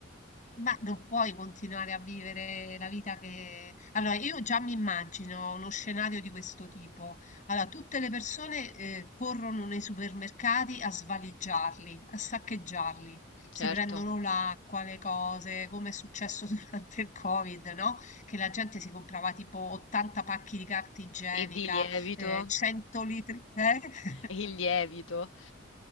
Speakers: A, on the left; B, on the left.
A: Ma non puoi continuare a vivere la vita che... Allora, io già mi immagino uno scenario di questo tipo. Allora, tutte le persone eh, corrono nei supermercati a svaligiarli, a saccheggiarli.
B: certo.
A: Si prendono l'acqua, le cose, come è successo <laughs> durante il Covid, no? Che la gente si comprava tipo 80 pacchi di carta igienica,
B: E di lievito,
A: eh, 100 litri... Eh? <laughs>
B: il lievito,